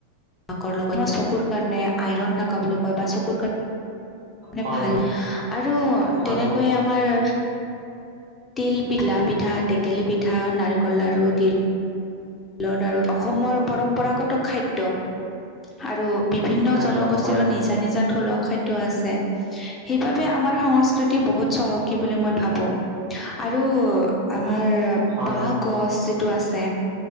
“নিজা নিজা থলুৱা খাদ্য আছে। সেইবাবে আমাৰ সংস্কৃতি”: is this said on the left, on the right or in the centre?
Left